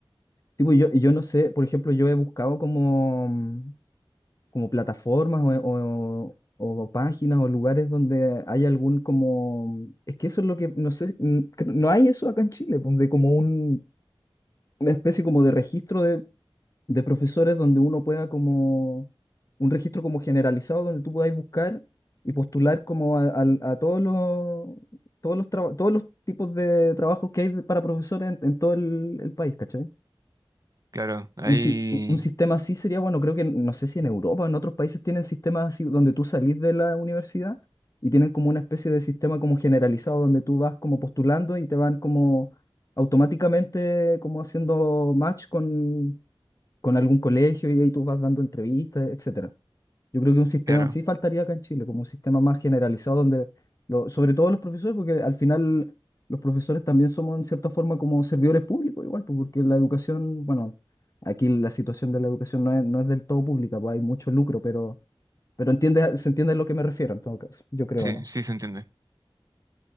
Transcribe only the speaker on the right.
Claro, hay
Claro,
sí,
sí se entiende.